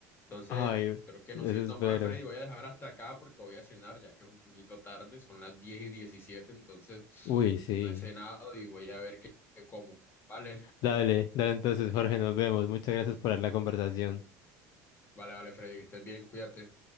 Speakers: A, on the left; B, on the left.
A: Entonces,
B: Ay,
A: creo que
B: eso
A: no siendo
B: espero.
A: más, Freddy, voy a dejar hasta acá porque voy a cenar, ya que es un poquito tarde, son las 10 y 17, entonces
B: Uy, sí.
A: no he cenado y voy a ver qué, qué como. Vale,
B: Dale, dale entonces, Jorge, nos vemos. Muchas gracias por la conversación.
A: vale, vale, Freddy, que estés bien, cuídate.